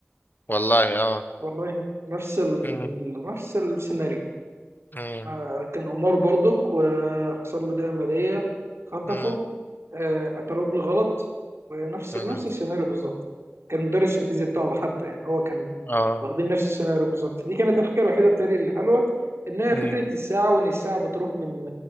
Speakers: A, on the left (about 45°); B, on the right (about 70°).
A: والله اه
B: والله نفس ال...
A: مم.
B: نفس السيناريو
A: مم.
B: آه، كان قمار برضك وحصل له ده عملية خطفه
A: مم.
B: آه، اعترف بالغلط ونفس
A: مم.
B: نفس السيناريو بالظبط كان مدرس الفيزياء بتاعه حتى يعني هو كان
A: اه
B: واخدين نفس السيناريو بالظبط دي كانت الحاجة الوحيدة بتاعي اللي حلوة ان هي
A: مم.
B: فكرة الساعة وان الساعة بتروح من